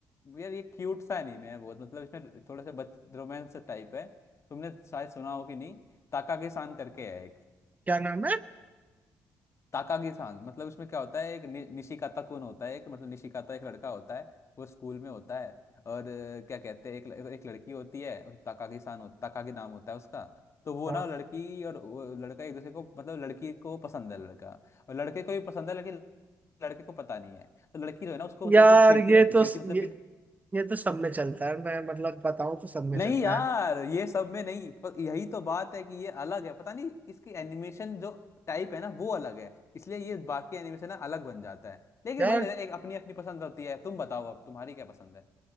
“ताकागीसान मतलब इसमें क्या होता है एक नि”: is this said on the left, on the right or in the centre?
Left